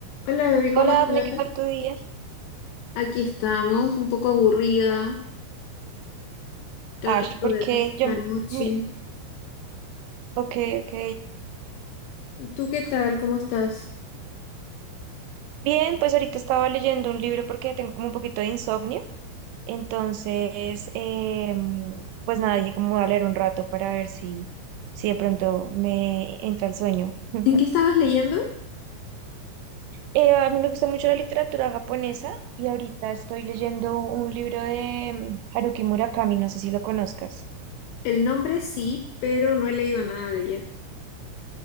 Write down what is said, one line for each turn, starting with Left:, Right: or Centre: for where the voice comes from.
Left: Hola, bebé, ¿cómo
Right: Hola
Left: estás?
Right: Dafne, ¿qué tal tu día?
Left: Aquí estamos, un poco aburrida, tratando
Right: Ash, porque
Left: de pasar
Right: yo,
Left: la
Right: m-
Left: noche.
Right: mi- ok, ok.
Left: ¿Y tú qué tal? ¿Cómo estás?
Right: Bien, pues ahorita estaba leyendo un libro porque tengo como un poquito de insomnio, entonces, em, pues nada, dije como voy a leer un rato para ver si, si de pronto me entra el sueño. <laughs> Mm.
Left: ¿En qué estabas leyendo?
Right: Eh, a mí me gusta mucho la literatura japonesa y ahorita estoy leyendo un libro de em, Haruki Murakami, no sé si lo conozcas.
Left: El nombre sí, pero no he leído nada de ella.